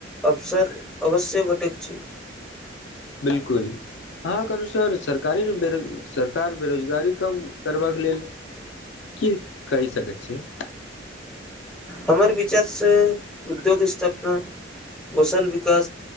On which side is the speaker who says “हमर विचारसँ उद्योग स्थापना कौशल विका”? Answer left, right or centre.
Centre